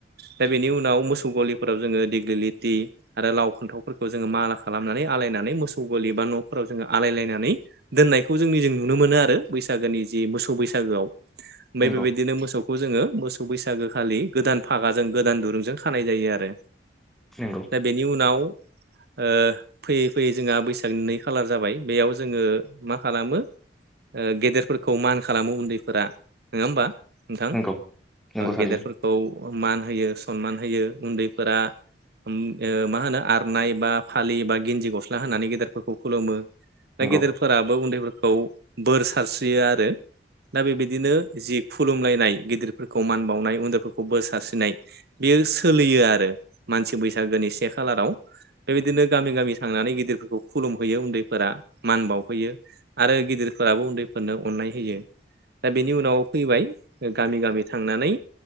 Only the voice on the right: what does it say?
दा बेनि उनाव उनाव मोसौ गलिफोराव जोङो दिग्लिलिटि आरो लाव फानथावफोरखौ जोङो माला खालामनानै आलायनानै मोसौ गलि बा न'फोराव जोङो आलायलायनानै दोनायखौ जोंनि जों नुनो मोनो आरो बैसागोनि जि मोसौ बैसागोआव ओमफाय
बेबायदिनो मोसौखौ जोङो मोसौ बैसागो खालि गोदान फागाजों गोदान दुरुंजों खानाय जायो आरो
दा बेनि उनाव औ फैयै फैयै जोंहा बैसागनि नै खालार जाबाय बेयाव जोङो मा खालामो गेदेरफोरखौ मान खालामो उन्दैफोरा नोङा होमबा नोंथां
गेदेरफोरखौ मान होयो सनमान होयो उन्दैफोरा म मा होनो आर आरनाय बा फालि बा गिन्जि गस्ला होनानै गेदेरफोरखौ खुलुमो
दा गेदेरफोराबो उन्दैफोरखौ बोर सारस्रियो आरो दा बेबायदिनो जि खुलुमलायनाय गिदिरफोरखौ मान बावनाय उन्दैफोरखौ बोर सारस्रिनाय बेयो सोलियो आरो मानसि बैसागोनि से खालाराव बेबायदिनो गामि गामि थांनानै गिदिरफोरखौ खुलुमहैयो उन्दैफोरा मान बावहैयो आरो गिदिरफोराबो उन्दैफोरनो अननाय होयो दा बेनि उनाव फैबाय गामि गामि थांनानै